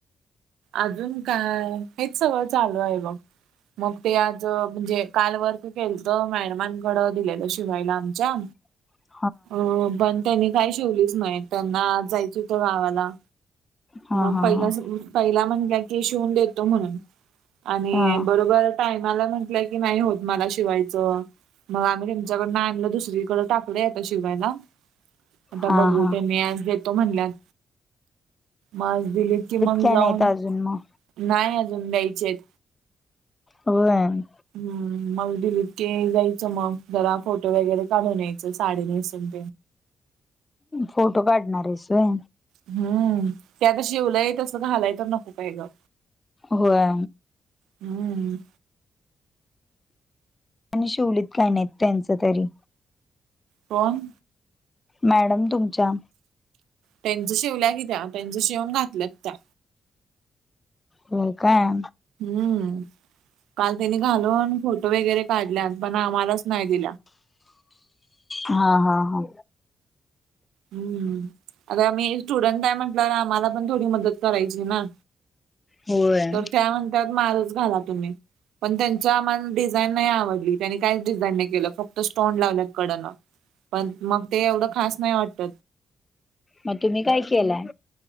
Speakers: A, on the right; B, on the left.
A: अजून काय हेच सगळं चालू आहे बघ. मग ते आज म्हणजे काल वर्क केलंत मॅडमांकडं दिलेलं शिवायला आमच्या.
B: <inaudible>
A: अ पण त्यांनी काय शिवलीच नाही. त्यांना आज जायचं होतं गावाला.
B: हा
A: मग
B: हा
A: पहिला,
B: हा
A: पहिला म्हणाला की शिवून देतो म्हणून आणि
B: हा
A: बरोबर टायमाला म्हटलं की नाही होत मला शिवायचं. मग आम्ही तुमच्याकडून आणलं दुसरीकडे टाकलं आता शिवायला. आता
B: हा
A: बघू
B: हा
A: त्यांनी आज देतो म्हणल्यात. मग दिलीत कि मग
B: काय
A: जाऊन
B: नाहीत अजून मग
A: नाही अजून द्यायचेत.
B: होय आणि
A: <inaudible> मग दिलीत के जायचं मग जरा फोटो वगैरे काढून यायचं साडी नेसून.
B: फोटो काढणार आहेस व्हय?
A: हम्म, ते अग शिवलयं तसं घालायचं तर नको काय गं.
B: होय.
A: हम्म.
B: आणि शिवलीत काय नाहीत त्यांचं तरी
A: कोण?
B: मॅडम तुमच्या
A: त्यांच शिवल्या कि त्या, त्यांच शिवून घातल्यात त्या
B: हो काय?
A: हम्म, काल तीनि घालून फोटो वगैरे काढल्या पण आम्हालाचं नाही दिल्या.
B: हा, हा- हा.
A: हम्, आता आम्ही स्टुडंट आहे, म्हटलं ना त आम्हाला पण थोडी मदत करायची ना
B: होय
A: तर त्या म्हणत्यात माझंच घाला तुम्ही. पण त्यांची आम्हाला डिझाईन नाही आवडली, त्यांनी काहीच डिझाईन नाही केलं फक्त स्टोन लावल्यात कडेनं. पण मग ते एवढं खास नाही वाटत.
B: मग तुम्ही काय केलंय?